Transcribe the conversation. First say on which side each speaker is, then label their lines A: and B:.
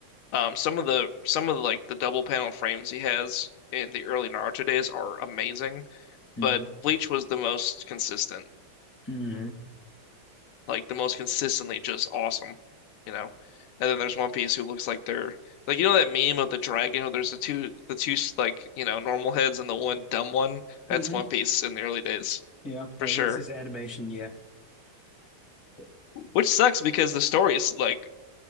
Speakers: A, on the left (about 85°); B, on the left (about 15°).
A: Um, some of the some of the like the double panel frames he has in the early Naruto days are amazing,
B: Mm-hmm.
A: but Bleach was the most consistent,
B: Mm-hmm.
A: like the most consistently just awesome, you know. And then there's One Piece who looks like they're like you know that meme of the dragon where there's the two the two like you know normal heads and the one dumb one.
B: Mm-hmm.
A: That's One Piece in the early days
B: Yeah,
A: for
B: uh,
A: sure,
B: that's his animation. Yeah, but
A: which sucks because the story is like